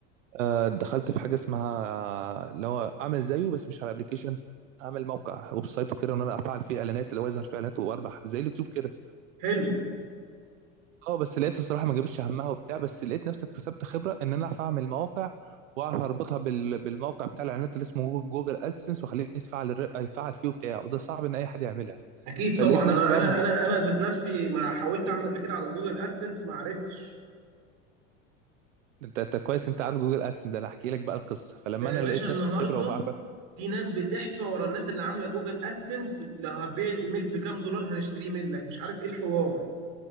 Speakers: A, on the right; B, on the right.
A: آه دخلت في حاجه اسمها آه، اللي هو اعمل زيه بس مش على ابلكيشن اعمل موقع ويب سايت وكده وان انا افعل فيه اعلانات اللي هو يظهر فيه اعلانات واربح زي اليوتيوب كده
B: حلو
A: اه بس لقيت الصراحه ما جابتش همها وبتاع بس لقيت نفسي اكتسبت خبره ان انا اعرف اعمل مواقع واعرف اربطها بال... بالموقع بتاع الاعلانات اللي اسمه جوجل, جوجل ادسنس واخليه يتفعل الر- يتفعل فيه وبتاع وده صعب ان اي حد يعملها
B: اكيد
A: فلقيت
B: طبعا انا
A: نفسي بقى
B: انا انا انا ذات نفسي ما حاولت اعمل قبل كده على جوجل ادسنس ما عرفتش
A: انت انت كويس انت عارف جوجل ادسن ده انا هحكي لك بقى القصه فلما
B: ده يا
A: انا
B: باشا
A: لقيت
B: النهارده
A: نفسي خبره وبعرف
B: في ناس بتحفى ورا الناس اللي عامله جوجل ادسنس اللي هتبيع الايميل بكام دولار هنشتريه منك مش عارف ايه الحوار